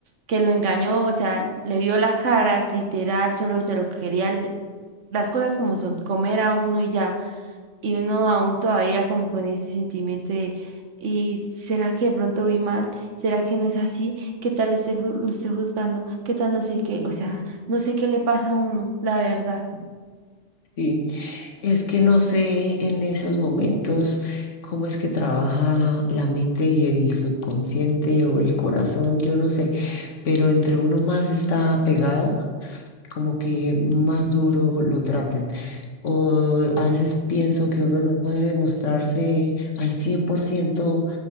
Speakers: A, on the right; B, on the left.
A: que lo engañó, o sea, le vio las caras, literal, solo se lo quería, l- las cosas como son, comer a uno y ya y uno aún todavía como con ese sentimiento de, ¿y será que de pronto vi mal? ¿Será que no es así? ¿Qué tal esté ju- lo esté juzgando? ¿Qué tal no sé qué?
B: Ujú.
A: O sea, no sé qué le pasa a uno, la verdad.
B: Sí. Es que no sé en esos momentos cómo es que trabaja la mente y el subconsciente o el corazón, yo no sé, pero entre uno más está pegado, como que más duro lo tratan. O a veces pienso que uno no debe mostrarse al 100%